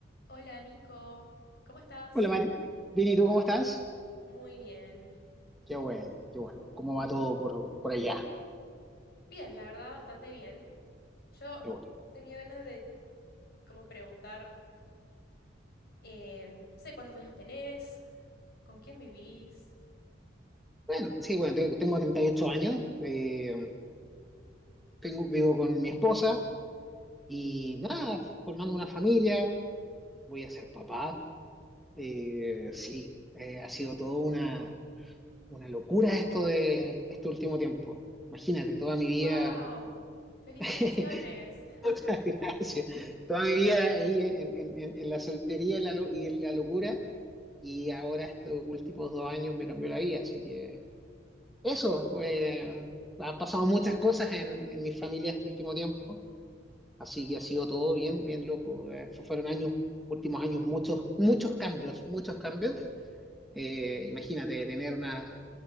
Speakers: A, on the left (about 55°); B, in the centre.
A: Hola Nico, ¿cómo estás?
B: Hola Mari, bien, ¿y tú cómo estás?
A: Muy bien.
B: Qué bueno, qué bueno. ¿Cómo va todo por, por allá?
A: Bien, la verdad, bastante bien. Yo
B: Qué bueno.
A: tenía ganas de como preguntar, eh, no sé cuántos años tenés, con quién vivís.
B: Bueno, sí, bueno, tengo, tengo 38 años, eh, tengo, vivo con mi esposa y nada, formando una familia, voy a ser papá. Eh, sí, eh, ha sido todo una, una locura esto de este último tiempo. Imagínate, toda mi
A: wow,
B: vida,
A: felicitaciones.
B: <laughs>
A: <laughs>
B: muchas gracias, toda mi vida ahí en, en- en- en la soltería y la lo- y en la locura. Y ahora estos últimos dos años me cambió la vida, así que eso, pues, han pasado muchas cosas en, en mi familia este último tiempo, así que ha sido todo bien, bien loco. Eh, fu- fueron años, últimos años, muchos, muchos cambios, muchos cambios. Eh, imagínate tener una,